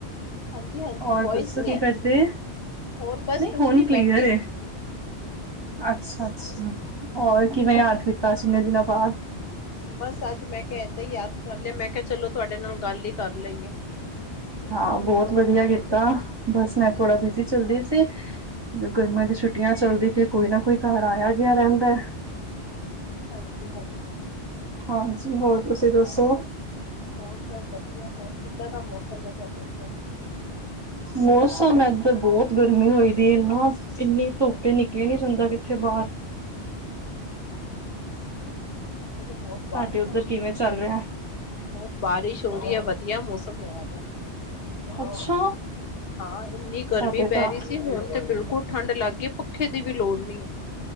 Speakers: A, on the left (about 65°); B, on the right (about 30°).
A: ਹਾਂਜੀ ਹਾਂਜੀ
B: ਹੋਰ
A: ਵੋਇਸ
B: ਦੱਸੋ
A: ਨੀ
B: ਕੀ
A: ਹੈ
B: ਕਰਦੇ,
A: ਹੋਰ ਬਸ
B: ਨਈਂ
A: ਕੁਛ
B: ਹੁਣ
A: ਨੀ
B: ਕਲੀਅਰ
A: ਬੈਠੀ ਦੀ
B: ਐ। ਅੱਛਾ ਅੱਛਾ, ਹੋਰ ਕਿਵੇਂ ਯਾਦ ਕੀਤਾ ਅਜ ਇਨੇ ਦਿਨਾਂ ਬਾਅਦ।
A: ਬਸ ਅੱਜ ਮੈਂ ਕਿਹਾ ਏਦਾਂ ਹੀ ਯਾਦ ਕਰ ਲਿਆ, ਮੈਂ ਕਿਆ ਚਲੋ ਤੁਹਾਡੇ ਨਾਲ ਗੱਲ ਹੀ ਕਰ ਲਈਏ।
B: ਹਾਂ ਬਹੁਤ ਵਧੀਆ ਕੀਤਾ ਬਸ ਮੈਂ ਥੋੜਾ ਬਿਜੀ ਚੱਲਦੀ ਸੀ। ਤੇ ਗਰਮੀਆਂ ਦੀ ਛੁੱਟੀਆਂ ਚਲਦੀ ਫਿਰ ਕੋਈ ਨਾ ਕੋਈ ਘਰ ਆਇਆ ਗਿਆ ਰਹਿੰਦਾ।
A: ਹਾਂਜੀ ਹਾਂਜੀ।
B: ਹਾਂਜੀ ਹੋਰ ਤੁਸੀਂ ਦੱਸੋ।
A: ਹੋਰ ਸਭ ਵਧੀਆ ਹੋਰ ਕਿੱਦਾਂ ਦਾ ਮੌਸਮ ਐ ਤੁਹਾਡੇ <unintelligible>
B: ਮੌਸਮ ਇਧਰ ਬਹੁਤ ਗਰਮੀ ਹੋਈ ਦੀ ਏਨਾਂ। ਇੰਨਨੀ ਧੁੱਪ ਨਿਕਲੀ ਨੀ ਜਾਂਦਾ ਕਿੱਥੇ ਬਾਹਰ
A: ਅੱਛਾ ਉੱਥੇ ਤਾਂ ਬਹੁਤ ਬਾਰਿਸ਼ਾਂ
B: ਸਾਡੇ ਉੱਧਰ
A: <inaudible>
B: ਕਿਵੇਂ ਚੱਲ ਰਿਹਾ
A: ਬਹੁਤ ਬਾਰਿਸ਼ ਹੋ ਰਹੀ ਐ, ਵਧੀਆ ਮੌਸਮ ਹੋਇਆ ਦਾ। ਹਾਂ,
B: ਅੱਛਾ
A: ਹਾਂ ਇੰਨੀ ਗਰਮੀ
B: ਸਾਡੇ ਤਾਂ
A: ਪੈ ਰਹੀ ਸੀ ਹੁਣ ਤੇ ਬਿਲਕੁਲ ਠੰਢ ਲੱਗ ਗਈਏ ਪੱਖੇ ਦੀ ਵੀ ਲੋੜ ਨਈ ਏ।